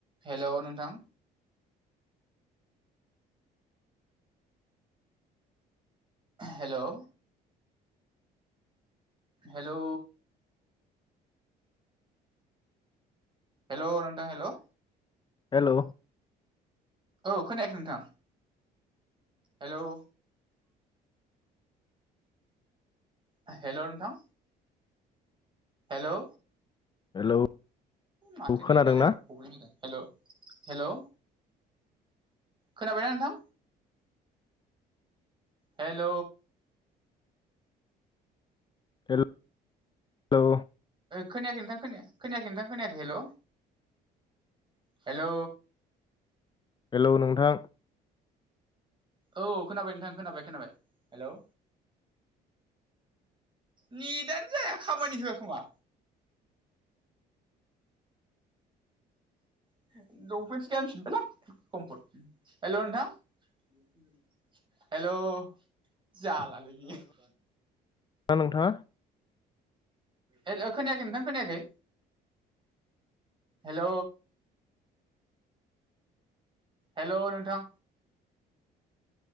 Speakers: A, on the right; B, on the left.
A: Hello नोंथां। Hello hello hello नोंथां hello
B: hello
A: औ खोनायाखै नोंथां। हेलौ ओ हेलौ नोंथां। हेलौ
B: हेलौ
A: माथो नेदआ
B: खोनादोंना
A: लाय एफा फ्रब्लेम जादों। हेल' हेलौ खोनाबायना नोंथां? हेल'
B: हेलौ
A: खोनायाखै नोंथां खो खोनायाखै नोंथां खोनायाखै हेल' हेल'
B: हेलौ नोंथां।
A: औ खोनाबाय नोंथां खोनाबाय खोनाबाय हेलौ नितानो जाया खामानि होयाखोमा?
B: <inaudible>
A: लंफेन्टसो गानफिनबायलां हेल' नोंथां। हेल' जालालै बियो
B: दा नोंथाङा
A: हेल खोनायाखै नोंथां खोनायाखै हेल' हेल' नोंथां